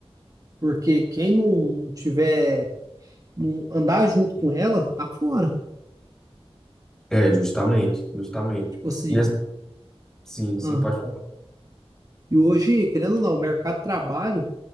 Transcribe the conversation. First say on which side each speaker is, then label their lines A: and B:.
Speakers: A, on the right; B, in the centre.
A: Porque quem não tiver, não andar junto com ela, tá fora.
B: É, justamente, justamente.
A: Tipo assim,
B: E assim, sim, sim,
A: ah,
B: pode falar.
A: e hoje, querendo ou não, o mercado de trabalho,